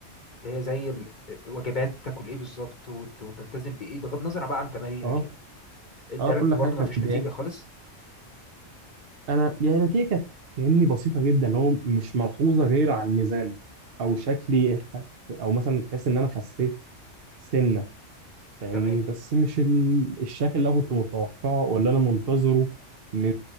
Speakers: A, on the left; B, on the right.
A: اللي هي زي ال- آه، وجبات تاكل ايه بالظبط وت- وتلتزم بايه بغض النظر بقى عن تمارينك
B: اه
A: يعني ادالك
B: اه كل
A: وبرضه
B: حاجة كانت
A: ما فيش
B: مضايقاني
A: نتيجه خالص
B: انا يعني نتيجة كانت فاهمني بسيطة جدا اللي هو مش ملحوظة غير على الميزان او شكلي خ- او مثلا تحس ان انا خسيت سنة فاهمني
A: تمام
B: بس مش ال... الشكل اللي انا كنت متوقعه ولا انا منتظره من